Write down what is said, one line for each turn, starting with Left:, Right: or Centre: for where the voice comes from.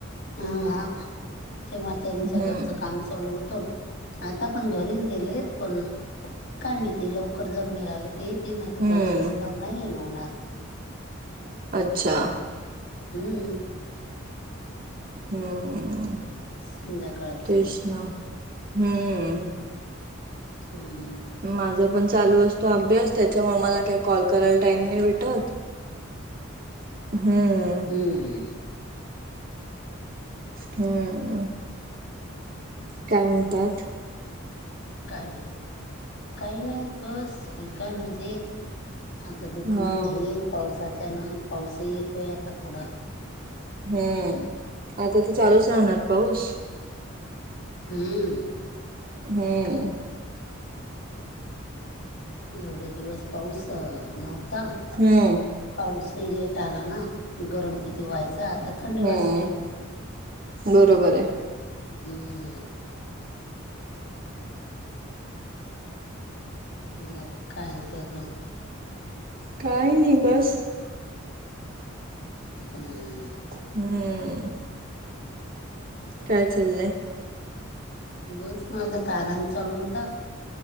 Left: हा हा तेव्हा त्यांच्या
Right: हम्म
Left: घरचं काम चालू होतं. आता पण घरीच गेलेत पण काय माहिती लवकर जर निघाले. ते येतील नाही तर
Right: हम्म
Left: पाऊस असल्यावर नाही येनवणार.
Right: अच्छा.
Left: हम्म.
Right: हम्म
Left: संध्याकाळचं
Right: तेच ना हम्म.
Left: हम्म.
Right: माझा पण चालू असतो अभ्यास त्याच्यामुळे मला काही कॉल करायला टाइम नाही भेटत. हम्म.
Left: हो हं.
Right: हम्मम काय म्हणतात.
Left: काय म्हण काही नाही बस ठीक आहे मजेत. आता दुखणं
Right: हा
Left: नाही पावसाच्या ना पाऊसही येतोय आता थोडा.
Right: हम आता तर चालूच राहणार पाऊस.
Left: हम्म.
Right: हम्म.
Left: एवढे दिवस पाऊस नव्हता.
Right: हम्म
Left: पाऊसही लेट आला ना गरम किती व्हायच आता थंड
Right: हम्म
Left: वास्ते
Right: बरोबर आहे.
Left: हम्म. म काययंत त.
Right: काही नाही बस.
Left: हम्म.
Right: हम्म. काय चाललंय.
Left: बस माझा तर आराम चालू होता.